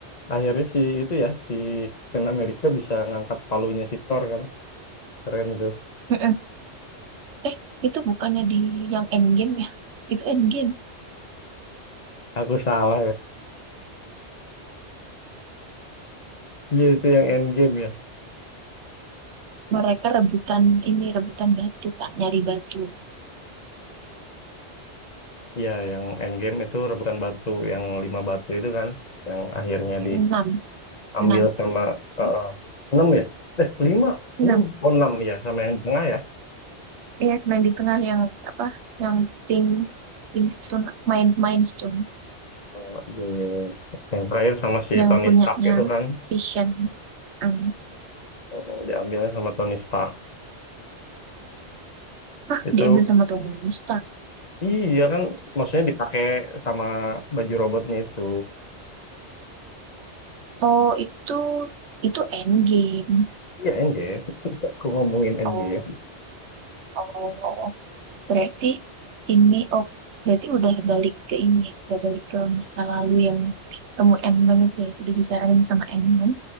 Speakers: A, on the left (about 40°); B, on the right (about 80°).
A: akhirnya si itu ya si Captain America bisa ngangkat palunya si Thor kan keren tuh
B: Mm-mm. Eh, itu bukannya di yang Endgame ya? Itu Endgame.
A: aku salah ya iya itu yang Endgame ya
B: Mereka rebutan ini, rebutan batu kan, nyari batu.
A: iya yang Endgame itu rebutan batu yang lima batu itu kan yang akhirnya
B: Enam,
A: diambil
B: enam,
A: sama eh, eh, enam ya eh lima
B: enam.
A: enam oh enam ya sama yang tengah ya
B: Iya, yes, main di tengah yang apa? Yang Thing, Thing Stone, main main Stone,
A: oh, iya, iya. iya. yang terakhir sama si
B: yang
A: Tony
B: punyanya
A: Stark itu kan
B: Vision. Amin.
A: Oh, diambilnya sama Tony Stark
B: Hah,
A: itu
B: diambil sama Tony Stark.
A: iya kan maksudnya dipakai sama baju robotnya itu
B: Oh, itu itu endgame.
A: Iya endgame. <laughs> Aku ngomongin endgame.
B: Oh, oh, berarti ini oh berarti udah balik ke ini ya, udah balik ke masa lalu yang ketemu Endman itu ya, udah disaranin sama Endman